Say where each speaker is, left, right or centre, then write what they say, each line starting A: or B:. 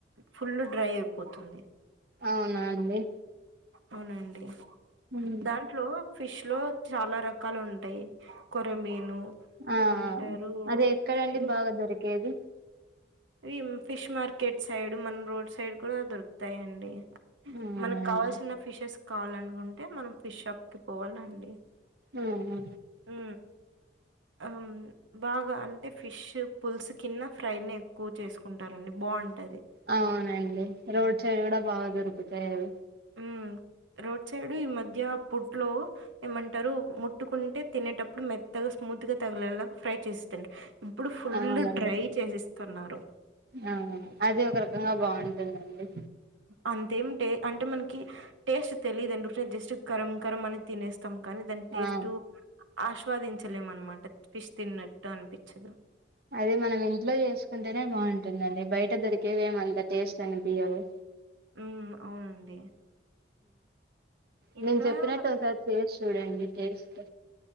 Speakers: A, on the right; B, on the right.
A: ఫుల్ డ్రై అయిపోతుంది
B: అవునా అండి
A: అవునండి
B: ఉమ్
A: దాంట్లో ఫిష్ లో చాలా రకాలు ఉంటాయి కొరమీను
B: ఆ
A: ఏమంటారు
B: అది ఎక్కడండి
A: ఇంకా
B: బాగా దొరికేది
A: ఇవి ఫిష్ మార్కెట్ సైడ్ మన రోడ్ సైడ్ కూడా దొరుకుతాయండి
B: అవునా
A: మనకు కావాల్సిన
B: అండి
A: ఫిషెస్ కావాలనుకుంటే మనం ఫిష్ షాప్ కి పోవాలండి
B: అవునా
A: ఉ ఆ బాగా అంటే ఫిష్ పులుసు కింద ఫ్రై ని ఎక్కువ చేసుకుంటారండి బాగుంటది
B: అవునండి రోడ్ సైడ్ కూడా బాగా దొరుకుతాయి అవి
A: హ్మ్. రోడ్ సైడ్ ఈ మధ్య పుట్లో ఏమంటారు ముట్టుకుంటే తినేటప్పుడు మెత్తగా స్మూత్ గా తగిలేలా ఫ్రై చేస్తు ఇప్పుడు ఫుల్
B: అవునండి
A: డ్రై చేసిస్తున్నారు
B: ఆ అది ఒక రకంగా బాగుంటుందండి
A: అంతేమి అంటే మనకి టేస్ట్ తెలిదు ఆడీ జస్ట్ కరం కరం అని తినేస్త కానీ దాని టేస్ట్
B: ఆ
A: ఆస్వాదించలేం అనమాట ఫిష్ తిన్నట్టు అనిపించదు
B: అది మనం ఇంట్లో చేసుకుంటేనే బాగుంటంది ఉంటుందండి బయట దొరికేవే ఏమంత టేస్ట్ అనిపించవు
A: ఉ అవునండి ఇంట్లో
B: నేను చెప్పినట్టు
A: మనం
B: ఒకసారి చేసి చూడండి టేస్ట్